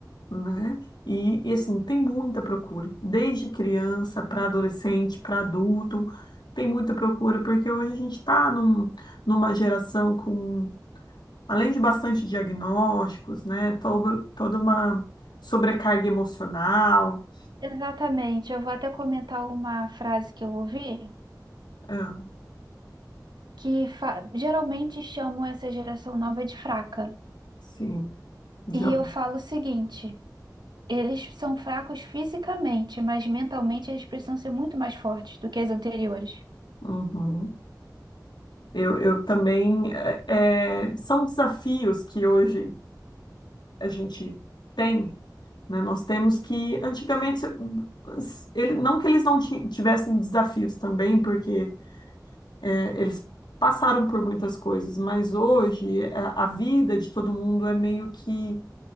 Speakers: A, on the left (about 85°); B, on the right (about 80°).
A: né? E, e, assim, tem muita procura, desde criança para adolescente, para adulto, tem muita procura, porque hoje a gente está num, numa geração com. além de bastante diagnósticos, né? Todo, toda uma sobrecarga emocional.
B: Exatamente. Eu vou até comentar uma frase que eu ouvi,
A: Ah,
B: que fa- geralmente chamam essa geração nova de fraca.
A: sim, já.
B: E eu falo o seguinte: eles são fracos fisicamente, mas mentalmente eles precisam ser muito mais fortes do que as anteriores.
A: Uhum. Eu, eu também. eh, eh, são desafios que hoje a gente tem, né? Nós temos que, antigamente, s- ele, não que eles não ti- tivessem desafios também, porque eh, eles. Passaram por muitas coisas, mas hoje eh, a vida de todo mundo é meio que